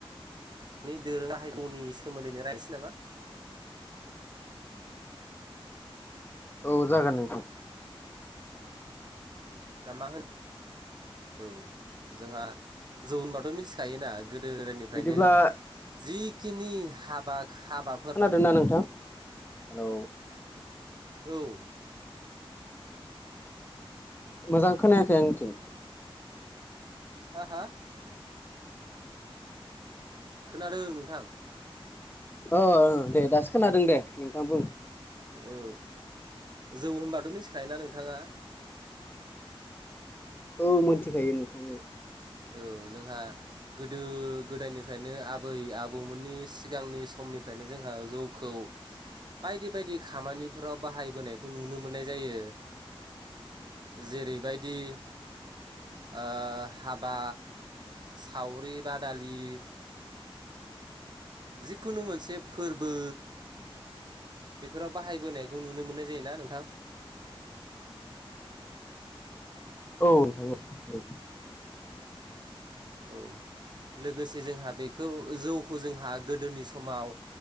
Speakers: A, on the right (about 50°); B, on the left (about 20°).
A: दानि दोरोङा हाइ गौनि सोमोन्दैनो रायनोसै नामा
B: औ जागोन नोंथां
A: दा मा होनो औ जोंहा जौ होनबाथ' मिथि थायोना गोदोनिफ्रायनो
B: बिदिब्ला
A: जिखिनि हाबा हाबा
B: खोनादों ना नोंथां हेलौ
A: औ
B: मोजां खोनायाखै आंनिथिं
A: हा हा खोनादों नोंथां।
B: अ दे दासो खोनादों दे नोंथां बुं
A: औ जौ होनबाथ' मिथिखायोना नोंथाङा
B: औ मोनथिखायो नोंथां औ
A: औ जोंहा गोदो गोदायनिफ्रायनो आबै- आबौमोननि सिगांनि समनिफ्रायनो जोंहा जौखौ बायदि बायदि खामानिफोराव बाहायबोनायखौ नुनो मोननाय जायो। जेरैबायदि ओ हाबा सावरि -बादालि जिखुनु मोनसे फोरबो बेफोराव बाहायबोनायखौ नुनो मोननाय जायोना नोंथां।
B: औ नोंथां औ
A: औ लोगोसे जोंहा बेखौ जौ खौ जोंहा गोदोनि समाव